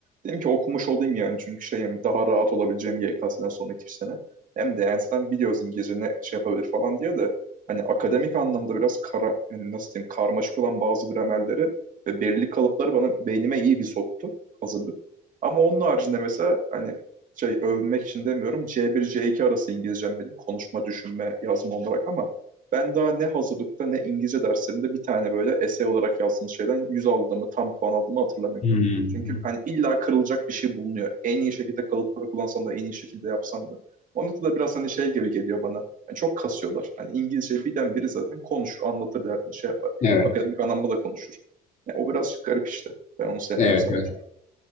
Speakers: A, on the right; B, on the left.
A: Dedim ki okumuş olayım yani çünkü şey hem daha rahat olabileceğim YKS'den sonraki sene hem de yani zaten biliyoruz İngilizce ne şey yapabilir falan diye de hani akademik anlamda biraz kara yani nasıl diyeyim karmaşık olan bazı gramerleri ve belirli kalıpları bana beynime iyi bir soktu hazırlık. Ama onun haricinde mesela hani şey övmek için demiyorum C1 C2 arası İngilizcem benim konuşma, düşünme, yazma olarak ama ben daha ne hazırlıkta ne İngilizce derslerinde bir tane böyle essay olarak yazdığım şeyden 100 aldığımı, tam puan aldığımı hatırlamıyorum.
B: Hmm.
A: Çünkü hani illa kırılacak bir şey bulunuyor. En iyi şekilde kalıpları kullansan da, en iyi şekilde yapsan da. Onun da biraz hani şey gibi geliyor bana. Yani çok kasıyorlar. Hani İngilizceyi bilen biri zaten konuşur, anlatır derdini şey yapar.
B: Evet.
A: Akademik anlamda da konuşur. Yani o biraz garip işte. Ben onu sevmiyorum
B: Evet,
A: sadece.
B: evet.